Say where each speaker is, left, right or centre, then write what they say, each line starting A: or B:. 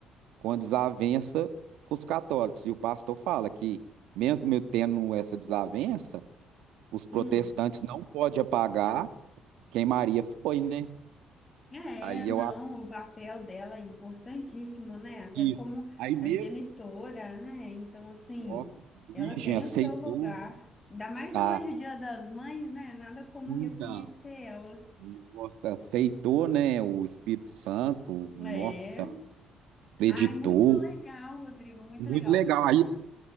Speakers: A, on the right; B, on the left.
A: com a desavença com os católicos. E o pastor fala que, mesmo eu tendo essa desavença, os protestantes
B: hum.
A: não podem apagar quem Maria foi, né?
B: É,
A: Aí
B: não,
A: eu acho
B: o papel dela é importantíssimo, né? Até
A: que.
B: como
A: Aí mesmo,
B: a genitora, né? Então, assim,
A: nossa, virgem
B: ela tem
A: aceitou,
B: o seu lugar. Ainda mais
A: tá?
B: hoje, o Dia das Mães, né? Nada como
A: Então,
B: reconhecer ela.
A: nossa, aceitou, né? O Espírito Santo, nossa,
B: É.
A: acreditou.
B: Ai, muito legal, Rodrigo, muito
A: Muito
B: legal.
A: legal. Aí